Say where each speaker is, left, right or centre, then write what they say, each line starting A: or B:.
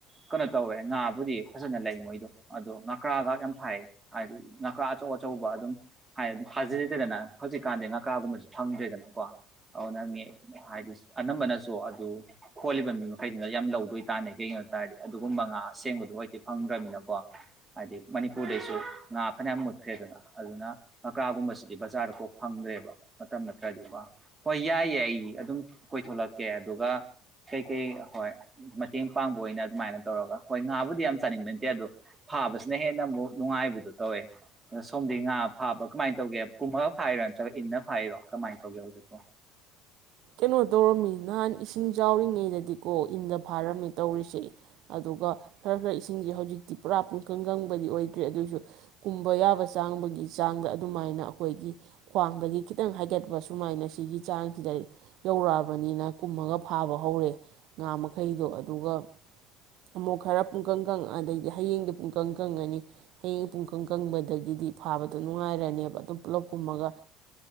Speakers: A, on the right (about 20°); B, on the right (about 70°).
A: ꯀꯩꯅꯣ ꯇꯧꯋꯦ ꯉꯥꯕꯨꯗꯤ ꯐꯖꯅ ꯂꯩ ꯃꯣꯏꯗꯣ ꯑꯗꯣ ꯉ ꯉꯀ꯭ꯔꯥꯒꯥ ꯌꯥꯝ ꯐꯩ ꯍꯥꯏꯗꯤ ꯉꯀ꯭ꯔꯥ ꯑꯆꯧ ꯑꯆꯧꯕ ꯑꯗꯨꯝ ꯍꯥꯏꯗꯤ ꯑꯗꯨꯝ ꯐꯥꯖꯤ ꯂꯩꯗꯦꯗꯅ ꯍꯧꯖꯤꯛꯀꯥꯟꯗꯤ ꯉꯀ꯭ꯔꯥꯒꯨꯝꯕꯁꯨ ꯐꯪꯗ꯭ꯔꯦꯗꯅꯀꯣ ꯑꯗꯨꯅ ꯃꯤ ꯍꯥꯏꯗꯤ ꯑꯅꯝꯕꯅꯁꯨ ꯑꯗꯨ ꯈꯣꯜꯂꯤꯕ ꯃꯤ ꯃꯈꯩꯗꯨꯅ ꯌꯥꯝ ꯂꯧꯗꯣꯏ ꯇꯥꯅꯩ ꯀꯩꯒꯤꯅꯣ ꯍꯥꯢ ꯇꯥꯔꯒꯗꯤ ꯑꯗꯨꯒꯨꯝꯕ ꯉꯥ ꯑꯁꯦꯡꯕꯗꯣ ꯍꯧꯇꯤ ꯐꯪꯗ꯭ꯔꯕꯅꯤꯅꯀꯣ ꯍꯥꯏꯗꯤ ꯃꯅꯤꯄꯨꯔꯗꯩꯁꯨ ꯉꯥ ꯐꯅꯌꯥꯝ ꯃꯨꯠꯈ꯭ꯔꯦꯗꯅ ꯑꯗꯨꯅ ꯉꯀ꯭ꯔꯥꯒꯨꯝꯕꯁꯤꯗꯤ ꯕꯖꯥꯔꯗ ꯀꯣꯛ ꯐꯪꯗ꯭ꯔꯦꯕ ꯃꯇꯝ ꯅꯠꯇ꯭ꯔꯗꯤꯀꯣ ꯍꯣꯏ ꯌꯥꯏꯌꯦ ꯑꯩ ꯑꯗꯨꯝ ꯀꯣꯏꯊꯣꯂꯛꯀꯦ ꯑꯗꯨꯒ ꯀꯩꯀꯩ ꯍꯣꯏ ꯃꯇꯦꯡ ꯄꯥꯡꯕ ꯑꯣꯏꯅ ꯑꯗꯨꯃꯥꯏꯅ ꯇꯧꯔꯒ ꯍꯣꯏ ꯉꯥꯕꯨꯗꯤ ꯌꯥꯝ ꯆꯥꯅꯤꯡꯕ ꯅꯇꯦ ꯑꯗꯣ ꯐꯥꯕꯁꯤꯅ ꯍꯦꯟꯅ ꯑꯃꯨꯛ ꯅꯨꯡꯉꯥꯏꯕꯗꯣ ꯇꯧꯋꯦ ꯁꯣꯝꯗꯤ ꯉꯥ ꯐꯥꯕ ꯀꯃꯥꯏꯅ ꯇꯧꯒꯦ ꯀꯨꯝꯃꯒ ꯐꯥꯏꯔꯣ ꯅꯠꯇ꯭ꯔꯒ ꯏꯟꯅ ꯐꯥꯏꯔꯤꯔꯣ ꯀꯃꯥꯏꯅ ꯇꯧꯒꯦ ꯍꯧꯖꯤꯛꯄꯣ
B: ꯀꯩꯅꯣ ꯅꯍꯥꯟ ꯏꯁꯤꯡ ꯆꯥꯎꯔꯤꯉꯩꯗꯗꯤ ꯀꯣ ꯏꯟꯗ ꯐꯥꯔꯝꯃꯦ ꯇꯧꯔꯤꯁꯦ ꯑꯗꯨꯒ ꯈꯔ ꯈꯔ ꯏꯁꯤꯡꯁꯦ ꯍꯧꯖꯤꯛꯇꯤ ꯄꯨꯔꯥ ꯄꯨꯡꯀꯪꯀꯪꯕꯗꯤ ꯑꯣꯏꯗ꯭ꯔꯦ ꯑꯗꯨꯑꯣꯏꯁꯨ ꯀꯨꯝꯕ ꯌꯥꯕ ꯆꯥꯡꯕꯨꯗꯤ ꯆꯥꯡꯗ ꯑꯗꯨꯃꯥꯏꯅ ꯑꯩꯈꯣꯏꯒꯤ ꯈ꯭ꯋꯥꯡꯗꯒꯤ ꯈꯤꯇꯪ ꯍꯥꯏꯒꯠꯄ ꯁꯨꯃꯥꯏꯅ ꯁꯤꯒꯤ ꯆꯥꯡꯁꯤꯗ ꯌꯧꯔꯛꯑꯕꯅꯤꯅ ꯀꯨꯝꯃꯒ ꯐꯥꯕ ꯍꯧꯔꯦ ꯉꯥ ꯃꯈꯩꯗꯣ ꯑꯗꯨꯒ ꯑꯃꯨꯛ ꯈꯔ ꯄꯨꯡꯀꯪ ꯀꯪ ꯑꯗꯩꯗꯤ ꯍꯌꯦꯡꯗꯤ ꯄꯨꯡꯀꯪ ꯀꯪꯉꯅꯤ ꯍꯌꯦꯡ ꯄꯨꯡꯀꯪ ꯀꯪꯕꯗꯒꯤꯗꯤ ꯐꯥꯕꯗꯣ ꯅꯨꯡꯉꯥꯏꯔꯅꯦꯕ ꯑꯗꯨꯝ ꯄꯨꯜꯂꯞ ꯀꯨꯝꯃꯒ